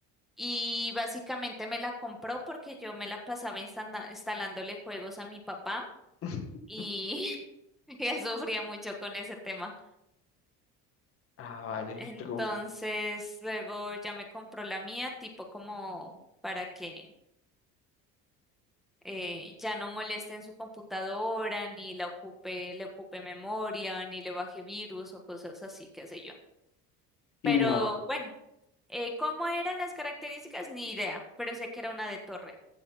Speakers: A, in the centre; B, on the left.
A: Y básicamente me la compró porque yo me la pasaba instala- instalándole juegos a mi papá
B: <laughs>
A: y <laughs> él sufría mucho con ese tema.
B: Ah, vale.
A: Entonces,
B: tú.
A: luego ya me compró la mía, tipo como para que eh, ya no moleste en su computadora, ni la ocupe, le ocupe memoria, ni le baje virus o cosas así, qué sé yo.
B: Y
A: Pero
B: no.
A: bueno, eh, ¿cómo eran las características? Ni idea, pero sé que era una de torre.